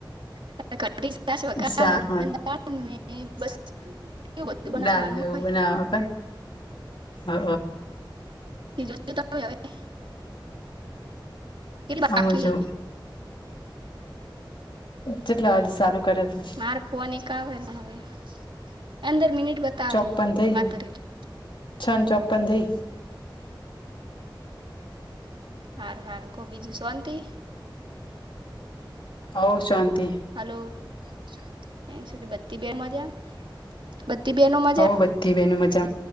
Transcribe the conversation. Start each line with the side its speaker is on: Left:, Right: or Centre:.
Right: પણ <unintelligible>
Left: શાક
Right: એ બધું બનાવાનું
Left: દાળને
Right: હોય
Left: એવું બનાવ પણ હ
Right: <unintelligible> <unintelligible> કેટલી બાકી
Left: આ મુ જઉ કેટલા વાગે સાલુ કરે તું?
Right: મારે ફોન એક આવે હવે પંદર મિનિટ બતાવે
Left: ચોપન થઈ
Right: વાત
Left: હ
Right: કરેલી
Left: છ ન ચોપન થઈ.
Right: હાર હારું કો બીજુ શોંતી
Left: હવ શોંતિ
Right: હલો હવ શોંતિ બત્તી બે મજા બત્તી બેનો મજા
Left: હવ બધી બેનું મજામાં